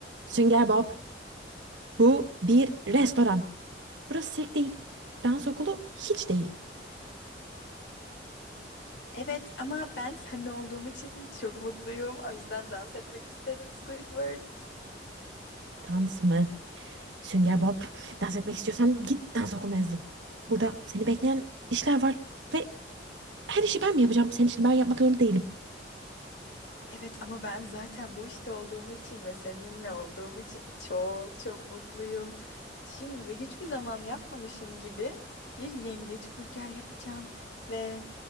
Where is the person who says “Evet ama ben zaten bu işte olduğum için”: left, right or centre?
Left